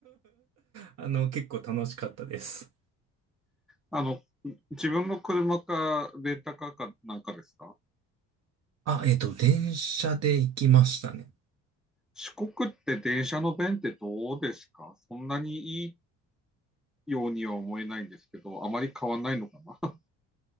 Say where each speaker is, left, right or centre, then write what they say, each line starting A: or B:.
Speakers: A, on the right; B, in the centre.
A: あの、結構楽しかったです。
B: あの、自分の車か、レンタカーかなんかですか
A: あ、えっと、電車で行きましたね。
B: 四国って電車の便ってどうですかそんなにいいようには思えないんですけど、あまり変わんないのかな